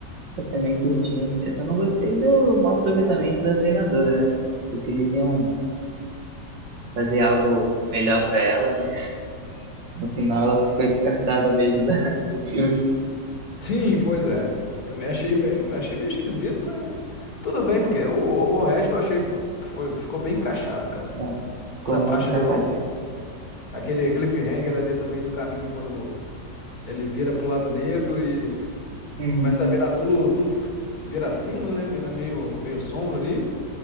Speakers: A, on the right; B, on the left.
A: eu também curti. Eu só não gostei do mau aproveitamento da treinadora, né? Achei que eles iam fazer algo melhor pra ela, mas No final ela só foi descartada mesmo da, do filme.
B: Sim, pois é. Também achei meio, achei meio esquisito, mas tudo bem,
A: É,
B: porque o, o resto eu achei que foi, ficou bem encaixado, cara.
A: não, ficou
B: Essa
A: muito
B: parte
A: encaixadinho.
B: do, aquele cliffhanger ali do meio do caminho, quando ele vira pro lado negro e
A: Uhum.
B: começa a virar tudo, tudo f- vira cinza, né? Vira meio, meio sombra ali.